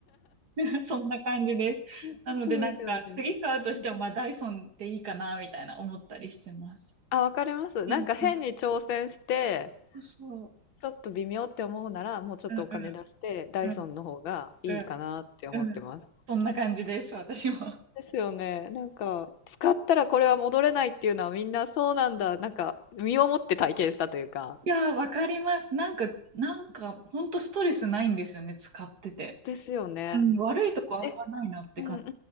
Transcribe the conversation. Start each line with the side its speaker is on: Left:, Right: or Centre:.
Right: うん <laughs> そんな感じです。
Left: うんそうですよね。
Right: なのでなんか、次買うとしても、
Left: うん
Right: まあダイソンでいいかな、みたいな思ったりしてます。
Left: あ、わかります。
Right: うんうん。
Left: なんか変に挑戦して、
Right: そうそ
Left: ちょっと微妙って思うなら、もうちょっとお金出して、
Right: う。うんうん
Left: ダイソンの方がいいかなって思ってます。
Right: うんうんうん。そんな感じです、私も。
Left: ですよね。なんか、使ったらこれは戻れないっていうのはみんなそうなんだ。なんか、身をもって体験したというか。
Right: いやー、わかります。なんか、なんか、ほんとストレスないんですよね、使ってて。
Left: ですよね。
Right: うん、悪いとこあんまないなって感じ。
Left: え、うんうん